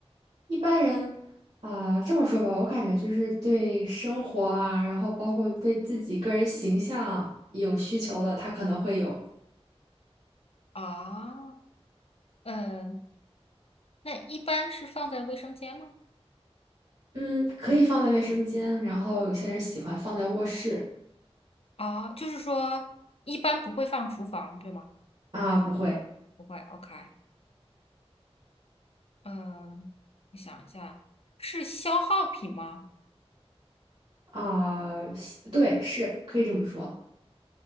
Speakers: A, on the right; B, on the left.
A: 一般人啊，这么说吧，我感觉就是对生活啊，然后包括对自己个人形象有需求的，他可能会有，
B: 啊，呃，那一般是放在卫生间吗？
A: 嗯，可以放在卫生间，然后有些人喜欢放在卧室
B: 啊，就是说一般不会放厨房，对吗？
A: 啊，不会
B: 不会，OK，嗯，我想一下，是消耗品吗？
A: 啊，喜对，是可以这么说，